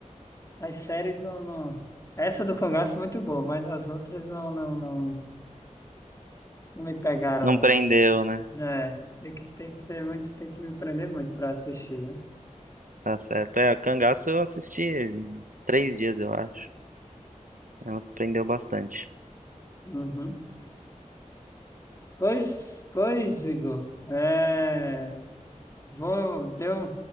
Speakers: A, on the left; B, on the right.
A: As séries não, não. Essa do Cangaço é muito boa, mas as outras não, não, não, não me pegaram,
B: Não
A: não.
B: prendeu, né?
A: É, tem que, tem que ser muito, tem que me prender muito para assistir, né?
B: Tá certo. É, Cangaço eu assisti em três dias, eu acho. Ela prendeu bastante.
A: Uhum. Pois, pois, Igor, é, vou, deu,